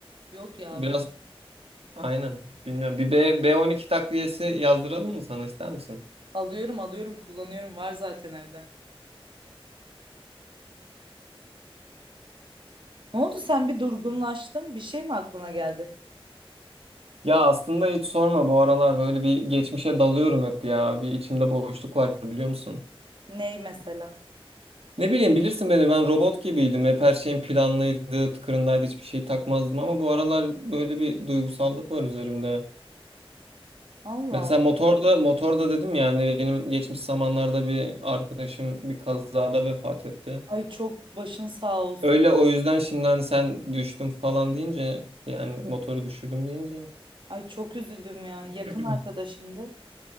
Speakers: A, on the right; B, on the right.
A: Yok ya
B: Biraz
A: ben
B: aynen. Bilmiyorum. Bir B, B12 takviyesi yazdıralım mı sana ister misin?
A: alıyorum alıyorum kullanıyorum var zaten evde. Ne oldu sen bir durgunlaştın? Bir şey mi aklına geldi?
B: Ya aslında hiç sorma bu aralar böyle bir geçmişe dalıyorum hep ya. Bir içimde boşluk var biliyor musun?
A: Ney mesela?
B: Ne bileyim bilirsin beni ben robot gibiydim. Hep her şeyim planlıydı, tıkırındaydı hiçbir şey takmazdım ama bu aralar böyle bir duygusallık var üzerimde.
A: Allah
B: Mesela
A: Allah.
B: motorda motorda dedim ya hani benim geçmiş zamanlarda bir arkadaşım bir kazada vefat etti.
A: Ay çok başın sağ olsun.
B: Öyle o yüzden şimdi hani sen düştüm falan deyince yani motoru düşürdüm deyince
A: Ay çok üzüldüm ya. Yakın
B: <clears throat>
A: arkadaşındı.